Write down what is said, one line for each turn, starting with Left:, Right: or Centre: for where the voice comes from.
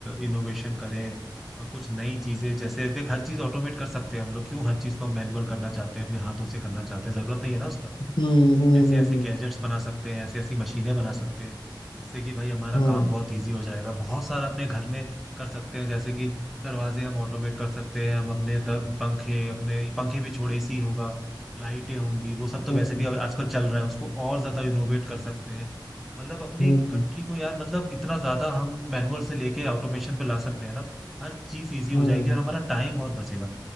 Centre: इनोवेशन करें और कुछ नई चीज़ें जैसे देख हर चीज़ ऑटोमेट कर सकते हैं हम लोग क्यों हर चीज़ को मैनुअल करना चाहते हैं अपने हाथों से करना चाहते हैं ज़रूरत नहीं है ना उसका
Left: हम्म
Centre: ऐसे
Left: हम्म
Centre: ऐसे गैजेट्स बना सकते हैं ऐसी ऐसी मशीनें बना सकते हैं जिससे कि भाई हमारा
Left: हम्म
Centre: काम
Left: हम्म
Centre: बहुत इजी हो जाएगा बहुत सारा अपने घर में कर सकते हैं जैसे कि दरवाजे हम ऑटोमेट कर सकते हैं हम अपने द- पंखे अपने पंखे भी छोड़े सी होगा लाइटें होंगी वो सब तो
Left: हम्म
Centre: वैसे भी अब आजकल चल रहा है उसको और ज्यादा इनोवेट कर सकते हैं मतलब अपनी
Left: हम्म
Centre: कंट्री
Left: हम्म,
Centre: को यार मतलब इतना ज्यादा हम मैनुअल से लेके ऑटोमेशन पे ला सकते हैं ना हर चीज इजी हो
Left: हम्म।
Centre: जाएगी और हमारा टाइम बहुत बचेगा